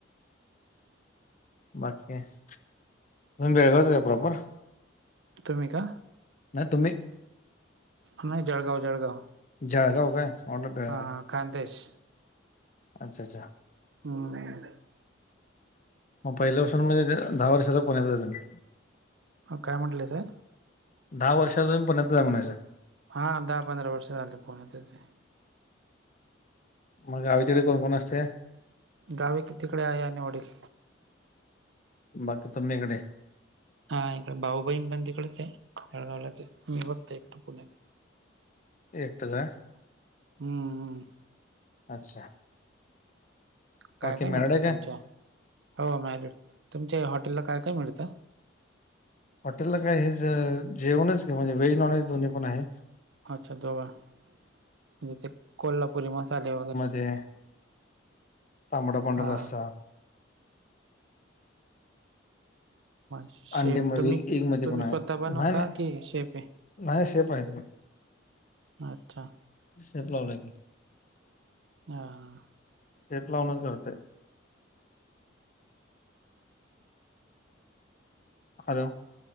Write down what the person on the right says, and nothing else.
तुम्ही का?
नाही जळगाव, जळगाव
हां हां खांदेश
हम्!
काय म्हटले सर?
हा दहा, पंधरा वर्ष झाले पुण्यातच आहे.
गावे कितीकडे आहे आणि वडील.
हा इकडे भाऊ बहीण पण तिकडेच आहे जळगावळच मी फक्त इकड पुण्यात
हम्म हम्म
काय काय
मिळतं
तुमच्या हो मॅलड तुमच्या हॉटेलला काय काय मिळतं?
अच्छा दोघ म्हणजे ते कोल्हापुरी मसाले वगैरे...
हां
शेप
तुम्हीच
तुम्ही
स्वतः बनवता
की शेप आहे.
अच्छा....
हा....